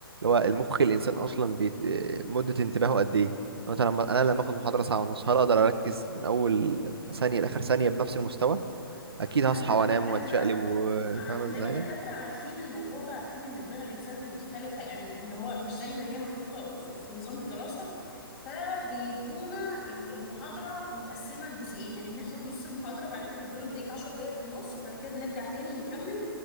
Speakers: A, on the right (about 85°); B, on the left (about 25°).
A: هو المخ الإنسان أصلا بي... مدة انتباهه قد إيه لو أنت لما
B: صح
A: أنا لما آخد محاضرة ساعة ونص هل أقدر أركز من أول ثانية لآخر ثانية بنفس المستوى
B: بصراحة
A: أكيد
B: احنا
A: هصحى
B: عندنا
A: وأنام
B: دكاترة
A: وأتشقلب و-
B: عندنا
A: فاهم إزاي
B: دكاترة عارفين الموضوع ده عارفين ان دماغ الانسان دي مختلفة يعني اللي هو مش زي ما هي محطوطة في, في نظام الدراسة فبيدونا ال- المحاضرة متقسمة لجزئين يعني بناخد نص المحاضرة وبعد كده بيدونا بريك عشر دقايق في النص وبعد كده بنرجع تاني نكمل